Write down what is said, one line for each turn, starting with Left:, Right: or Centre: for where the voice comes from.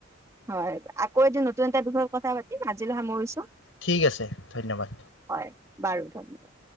Right: হয় আকৌ এদিন নতুন এটা বিষয়ে কথা পাতিম আজিলৈ সামৰিছো।
Left: ঠিক আছে ধন্যবাদ।
Right: হয় বাৰু ধন্যবাদ।